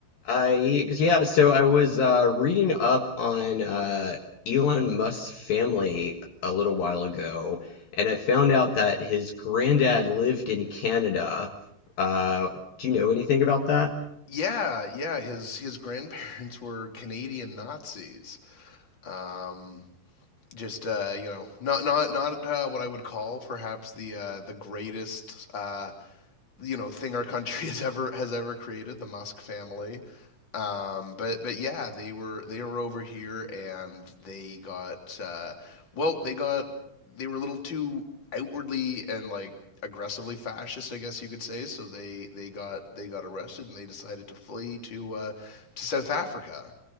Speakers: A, on the left; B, on the left.
A: I yeah, so I was uh, reading up on uh, Elon Musk's family a little while ago, and I found out that his granddad lived in Canada. Uh, do you know anything about that?
B: Yeah, yeah. His his grandparents were Canadian Nazis. Um, just uh, you know, not not not uh, what I would call perhaps the uh, the greatest uh, you know thing our country <laughs> has ever has ever created, the Musk family. Um, but but yeah, they were they were over here and they got uh, well, they got they were a little too outwardly and like aggressively fascist, I guess you could say. So they they got they got arrested and they decided to flee to uh, to South Africa.